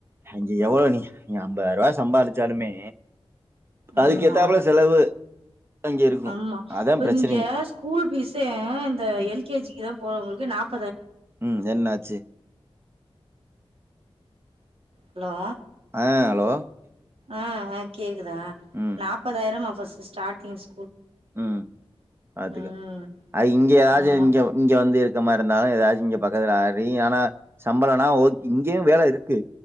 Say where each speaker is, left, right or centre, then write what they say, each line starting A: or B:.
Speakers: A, on the right; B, on the right.
A: அஞ்சு எவ்வளோ நீ நீ அம்பதாயரவா சம்பாரிச்சாலுமே அதுக்கு
B: ஆமா
A: ஏத்தாப்புல செலவு அங்க இருக்கு
B: ஆமா
A: அதா
B: இப்ப
A: பிரச்சனையே
B: இங்க ஸ்கூல் பீஸே இந்த
A: ம்
B: எல் கே ஜி க்கு தா போறவங்கள்க் கு நாப்
A: ம் என்னாச்சு
B: ஹலோ
A: ஆ அலோ
B: ஆ ஆ இருதா
A: ம்
B: நாற்பதாயிரம் அ ஃபர்ஸ்ட் ஸ்டார்டிங்ஸ்
A: ம் பாத்துக்க
B: ம்
A: அது இங்க ஏதாச்சு
B: ஆமா
A: இங்க இங்க வந்து இருக்க மாரி இருந்தாலு ஏதாச்சும் இங்க பக்கத்துல நீ ஆனா சம்பளம்னா ர்க் இங்கேயு வேல இருக்கு